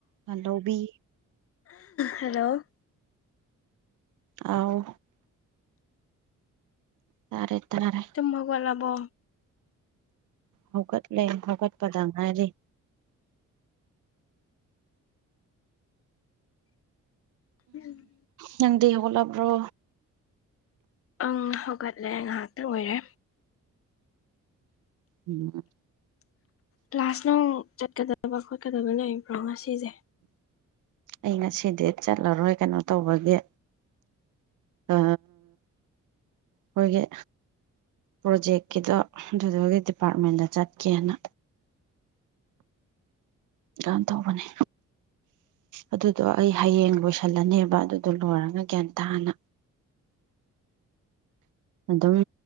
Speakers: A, on the right; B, on the left.
A: ꯍꯜꯂꯣꯕꯤ
B: hello
A: ꯑꯥꯎ ꯇꯥꯔꯦ ꯇꯥꯔꯦ
B: ꯇꯨꯝ ꯍꯧꯒꯠꯂꯕꯣ
A: ꯍꯧꯒꯠꯂꯦ ꯍꯧꯒꯠꯄꯗ ꯉꯥꯏꯔꯤ
B: ꯎꯝ
A: ꯅꯪꯗꯤ ꯍꯧꯒꯠꯂꯕ꯭ꯔꯣ
B: ꯑꯪ ꯍꯧꯒꯠꯂꯦ ꯉꯥꯏꯍꯥꯛꯇꯪ ꯑꯣꯏꯔꯦ
A: ꯎꯝ
B: ꯀ꯭ꯂꯥꯁ ꯅꯨꯡ ꯆꯠꯀꯗꯕ ꯈꯣꯠꯀꯗꯕ ꯂꯩꯕ꯭ꯔꯣ ꯉꯁꯤꯁꯦ
A: ꯑꯩ ꯉꯁꯤꯗꯤ ꯆꯠꯂꯔꯣꯏ ꯀꯩꯅꯣ ꯇꯧꯕꯒꯤ ꯑ ꯈꯣꯏꯒꯤ ꯄ꯭ꯔꯣꯖꯦꯛꯀꯤꯗꯣ ꯑꯗꯨꯗꯨꯒꯤ ꯗꯤꯄꯥꯔꯠꯃꯦꯟꯗ ꯆꯠꯀꯦꯅ ꯅ ꯇꯧꯕꯅꯤ ꯑꯗꯨꯗꯣ ꯑꯩ ꯍꯌꯦꯡ ꯂꯣꯏꯁꯜꯂꯅꯦꯕ ꯑꯗꯨꯗꯣ ꯂꯣꯏꯔꯒ ꯒ꯭ꯌꯥꯟ ꯇꯥꯅ ꯑꯗꯨꯝ